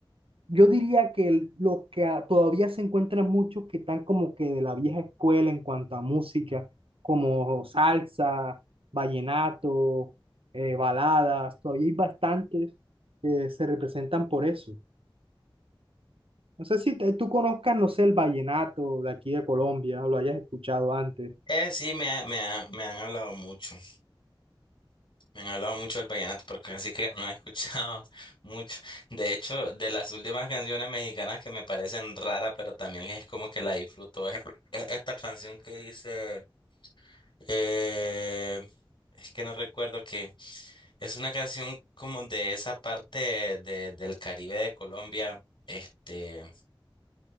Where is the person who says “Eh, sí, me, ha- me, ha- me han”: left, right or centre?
Left